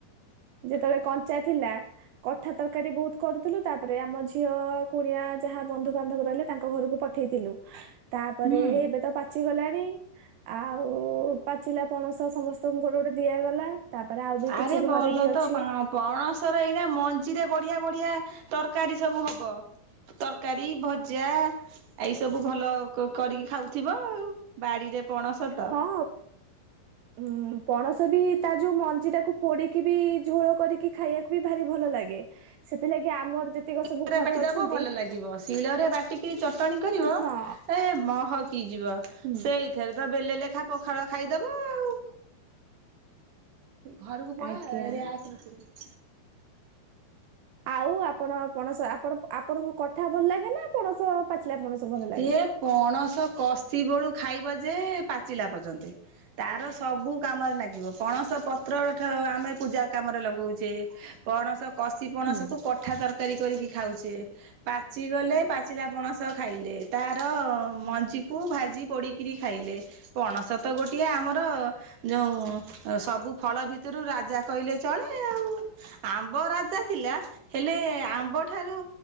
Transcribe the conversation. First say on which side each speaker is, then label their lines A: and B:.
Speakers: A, on the right; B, on the right.
A: ଯେତେବେଳେ କଞ୍ଚା ଥିଲା କଠା ତରକାରୀ ବହୁତ କରୁଥିଲୁ ତାପରେ ଆମ ଝିଅ କୁଣିଆ ଯାହା ବନ୍ଧୁବାନ୍ଧବ ରହିଲେ ତାଙ୍କ ଘରକୁ ପଠେଇଥିଲୁ ତାପରେ
B: ହୁଁ
A: ଏବେ ତ ପାଚିଗଲାଣି ଆଉ ପାଚିଲା ପଣସ ସମସ୍ତଙ୍କୁ ଘର ଗୋଟେ ଦିଆଗଲା ତାପରେ ଆଉ ବି
B: ଆରେ
A: କିଛି ଘରେ
B: ଭଲ
A: ବି
B: ତ
A: ଅଛି
B: ପଣସର ଏଇନା ମଞ୍ଜିରେ ବଢିଆ ବଢିଆ ତରକାରୀ ସବୁ ହବ ତରକାରୀ ଭଜା ଏଇ ସବୁ ଭଲ କରିକି ଖାଉଥିବ ଆଉ ବାଡିରେ ପଣସ ତ
A: ହଁ ଉଁ ପଣସ ବି ତା ଯୋଉ ମଞ୍ଜି ଟାକୁ ପୋଡିକି ବି ଝୋଳ କରିକି ଖାଇବାକୁ ଭାରି ଭଲ ଲାଗେ ସେଥିଲାଗି ଆମର ଯେତିକ ସବୁ
B: ଶଳରେ
A: ଘରେ
B: ବାଟିଦବ
A: ଅଛନ୍ତି
B: ଭଲ ଲାଗିବ ଶିଳରେ ବାଟିକି ଚଟଣି କରିବ
A: ହଁ
B: ଏ ମହକି ଯିବ
A: ହୁଁ
B: ସେଇ ଏବେତ ବେଲେ ଲେଖା ପଖାଳ ଖାଇଦବ ଆଉ ଘରକୁ ପଳା
A: ଆଜ୍ଞା
B: <unintelligible>
A: ଆଉ ଆପଣ ପଣସ ଆପଣ ଆପଣଙ୍କୁ କଠା ଭଲ ଲାଗେ ନା, ପଣସ ପାଚିଲା ପଣସ ଭଲ ଲାଗେ?
B: ଏ ପଣସ କଷି ବେଳୁ ଖାଇବ ଯେ ପାଚିଲା ପର୍ଯ୍ୟନ୍ତେ। ତାର ସବୁ କାମରେ ଲାଗିବ, ପଣସ ପତ୍ର ଆମେ ପୂଜା କାମରେ ଲଗାଉଛେ। ପଣସ କଶି ପଣସକୁୁ
A: ହୁଁ
B: କ ଉଠା ତରକାରୀ କରିକି ଖାଉଛେ ପାଚିଗଲେ ପାଚିଲା ପଣସ ଖାଇଲେ ତାର ମଞ୍ଜିକୁ ଭାଜି ପୋଡ଼ିକିରି ଖାଇଲେ। ପଣସ ତ ଗୋଟିଏ ଆମର ଯୋଉଁ ସବୁ ଫଳ ଭିତରୁ ରାଜା କହିଲେ ଚଳେ ଆଉଲ। ଆମ୍ବ ରାଜା ଥିଲା? ହେଲେ ଆମ୍ବ ଠାରୁ